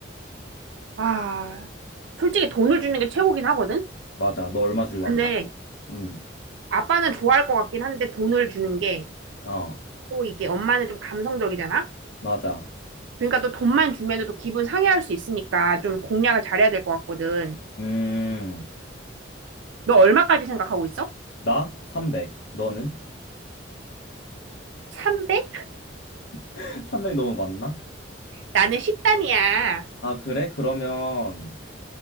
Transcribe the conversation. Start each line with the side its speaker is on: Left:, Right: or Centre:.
Right: 아, 솔직히 돈을 주는 게 최고긴 하거든?
Left: 맞아. 너 얼마 주려고?
Right: 근데
Left: 응.
Right: 아빠는 좋아할 것 같긴 한데 돈을 주는 게
Left: 어,
Right: 또 이게 엄마는 좀 감성적이잖아?
Left: 맞아.
Right: 그러니까 또 돈만 주면 또 기분 상해할 수 있으니까 좀 공략을 잘해야 될 것 같거든.
Left: 음.
Right: 너 얼마까지 생각하고 있어?
Left: 나? 300. 너는?
Right: 300?
Left: <laughs> 300 너무 많나?
Right: 나는 10단이야.
Left: 아, 그래? 그러면